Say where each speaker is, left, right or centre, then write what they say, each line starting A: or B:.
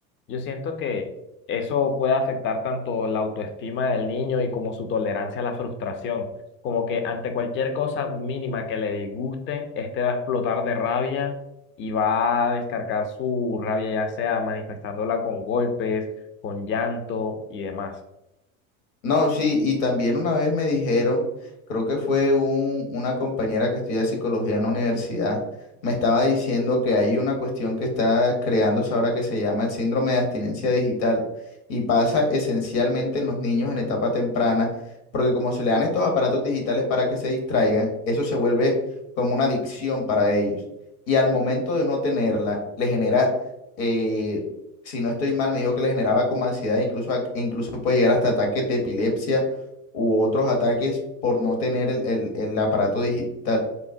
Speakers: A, on the left; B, on the left.
A: Yo siento que eso puede afectar tanto la autoestima del niño y como su tolerancia a la frustración. Como que ante cualquier cosa mínima que le disguste, este va a explotar de rabia y va a descargar su rabia, ya sea manifestándola con golpes, con llanto y demás.
B: No, sí, y también una vez me dijeron, creo que fue un- una compañera que estudia psicología en la universidad, me estaba diciendo que hay una cuestión que está creándose ahora que se llama el síndrome de abstinencia digital y pasa esencialmente en los niños en etapa temprana, porque como se le dan estos aparatos digitales para que se distraigan, eso se vuelve como una adicción para ellos. Y al momento de no tenerla, le genera... eh, si no estoy mal, me dijo que le generaba como ansiedad, incluso, a- e incluso puede llegar hasta ataques de epilepsia u otros ataques por no tener el, el- el aparato digital.